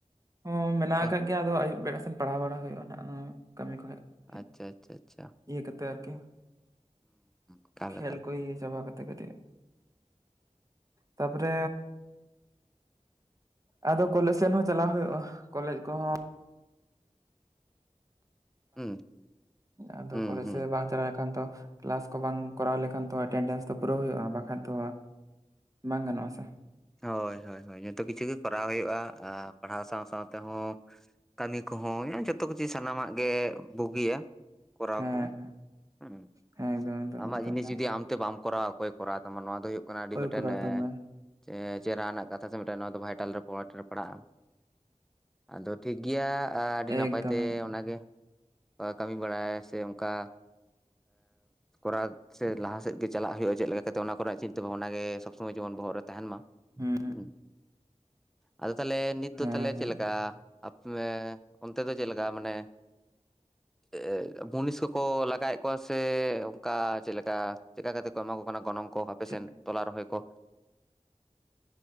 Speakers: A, on the right; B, in the centre.
A: ᱦᱚᱸ ᱢᱮᱱᱟᱜ
B: ᱟᱪᱪᱷᱟ
A: ᱟᱠᱟᱫ ᱜᱮᱭᱟ ᱟᱫᱚ ᱟᱹᱭᱩᱵ ᱵᱮᱲᱟ ᱥᱮᱱ ᱯᱟᱲᱟᱣ ᱵᱟᱲᱟ ᱦᱩᱭᱩᱜᱼᱟ ᱱᱟᱜ ᱱᱚᱣᱟ ᱠᱟᱹᱢᱤ ᱠᱚ ᱦᱮᱡ
B: ᱟᱪᱪᱷᱟ, ᱟᱪᱪᱷᱟ, ᱟᱪᱪᱷᱟ᱾
A: ᱤᱭᱟᱹ ᱠᱟᱛᱮ ᱟᱨᱠᱤ,
B: ᱮᱠᱟᱞ
A: ᱠᱷᱮᱞ
B: ᱮᱠᱟᱞ
A: ᱠᱚ ᱤᱭ ᱪᱟᱵᱟ ᱠᱟᱛᱮ᱾ ᱛᱟᱯᱚᱨᱮ ᱟᱫᱚ ᱠᱚᱞᱮᱡ ᱥᱮᱱ ᱦᱚᱸ ᱪᱟᱞᱟᱣ ᱦᱩᱭᱩᱜᱼᱟ, ᱠᱚᱞᱮᱡ ᱠᱚᱦᱚᱸ
B: ᱦᱩᱸ
A: ᱟᱫᱚ
B: ᱦᱩᱸ
A: ᱠᱳᱞᱮᱡ
B: ᱦᱩᱸ
A: ᱥᱮᱫ ᱵᱟᱝ ᱪᱟᱞᱟᱣ ᱞᱮᱠᱷᱟᱱ ᱛᱚ ᱠᱮᱞᱟᱥ ᱠᱚ ᱵᱟᱝ ᱠᱚᱨᱟᱣ ᱞᱮᱠᱷᱟᱱ ᱛᱚ ᱮᱴᱮᱱᱰᱮᱱᱥ ᱫᱚ ᱯᱩᱨᱟᱹᱣ ᱦᱩᱭᱩᱜᱼᱟ, ᱵᱟᱠᱷᱟᱡ ᱫᱚ ᱵᱟᱝ ᱜᱟᱱᱚᱜᱼᱟ ᱥᱮ᱾
B: ᱦᱳᱭ, ᱦᱳᱭ, ᱦᱳᱭ, ᱡᱚᱛᱚ ᱠᱤᱪᱷᱩ ᱜᱮ ᱠᱚᱨᱟᱣ ᱦᱩᱭᱩᱜᱼᱟ ᱯᱟᱲᱦᱟᱣ ᱥᱟᱶ ᱥᱟᱶ ᱛᱮᱦᱚᱸ᱾ ᱠᱟᱹᱢᱤ ᱠᱚᱦᱚᱸ ᱡᱚᱛᱚ ᱠᱤᱪᱷᱩ ᱥᱟᱱᱟᱢᱟᱜ ᱜᱮ ᱵᱩᱜᱤᱭᱟ ᱾ ᱠᱚᱨᱟᱣ
A: ᱦᱮᱸ
B: ᱠᱚ, ᱦᱩᱸ
A: ᱦᱮᱸ ᱮᱠᱫᱚᱢ ᱮᱠᱫᱚᱢ
B: ᱟᱢᱟᱜ
A: ᱮᱠᱫᱚᱢ
B: ᱡᱤᱱᱤᱥ ᱡᱩᱫᱤ ᱟᱢ ᱛᱮ ᱵᱟᱢ ᱠᱚᱨᱟᱣᱟ ᱚᱠᱚᱭ ᱠᱚᱨᱣᱟ ᱛᱟᱢᱟ ᱱᱚᱣᱟ ᱫᱚ ᱦᱩᱭᱩᱜ ᱠᱟᱱᱟ ᱟᱹᱰᱤ
A: ᱚᱠᱚᱭ
B: ᱢᱤᱫᱴᱮᱱ
A: ᱠᱚᱨᱟᱣ ᱛᱟᱢᱟ
B: ᱥᱮ ᱪᱮᱦᱨᱟ ᱨᱮᱱᱟᱜ ᱠᱟᱛᱷᱟ ᱥᱮ ᱢᱤᱫᱴᱟᱝ ᱱᱚᱣᱟ ᱫᱚ ᱵᱷᱟᱭᱴᱟᱞ ᱨᱮᱠᱚᱰ ᱨᱮ ᱯᱟᱲᱟᱜᱼᱟ ᱾ ᱟᱫᱚ ᱴᱷᱤᱠ ᱜᱮᱭᱟ ᱟᱹᱰᱤ ᱱᱟᱯᱟᱭ
A: ᱮᱠᱫᱚᱢ
B: ᱛᱮ
A: ᱮᱠᱫᱚᱢ
B: ᱚᱱᱟᱜᱮ ᱠᱟᱹᱢᱤ ᱵᱟᱲᱟᱭ ᱥᱮ ᱚᱱᱠᱟ ᱠᱚᱨᱟᱣ
A: ᱮᱠᱫᱚᱢ᱾
B: ᱥᱮ ᱞᱟᱦᱟ ᱥᱮᱫ ᱜᱮ ᱪᱟᱞᱟᱜ ᱦᱩᱭᱩᱜᱼᱟ ᱪᱮᱜ ᱞᱮᱠᱟ ᱠᱟᱛᱮ ᱚᱱᱟ ᱠᱚᱨᱮᱱᱟᱜ ᱪᱤᱱᱛᱟᱹ ᱵᱷᱟᱵᱽᱱᱟ ᱜᱮ ᱥᱚᱵ ᱥᱚᱢᱚᱭ ᱡᱮᱢᱚᱱ ᱵᱚᱦᱚᱜ ᱨᱮ ᱛᱟᱦᱮᱸᱱ ᱢᱟ᱾
A: ᱦᱩᱸᱦᱩᱸ,
B: ᱦᱩᱸ ᱟᱫᱚ ᱛᱟᱦᱚᱞᱮ ᱱᱤᱛ ᱫᱚ
A: ᱦᱮᱸ
B: ᱛᱟᱦᱚᱞᱮ ᱪᱮᱜ
A: ᱦᱮᱸ
B: ᱞᱮᱠᱟ ᱟᱯᱮ ᱚᱱᱛᱮ ᱫᱚ ᱪᱮᱜ ᱞᱮᱠᱟ ᱢᱟᱱᱮ, ᱮ ᱮ ᱢᱩᱱᱤᱥ ᱠᱚᱠᱚ ᱞᱟᱜᱟᱭᱮᱜ ᱠᱚ ᱥᱮ ᱚᱝᱠᱟ ᱪᱮᱜ ᱞᱮᱠᱟ ᱪᱮᱫᱠᱟ ᱠᱟᱛᱮ ᱠᱚ ᱮᱢᱟᱣ ᱠᱚ ᱠᱟᱱᱟ ᱜᱚᱱᱚᱝ ᱠᱚ ᱟᱯᱮ
A: ᱪᱮᱫ
B: ᱥᱮᱱ ᱛᱚᱞᱟ ᱨᱚᱦᱚᱭ ᱠᱚ?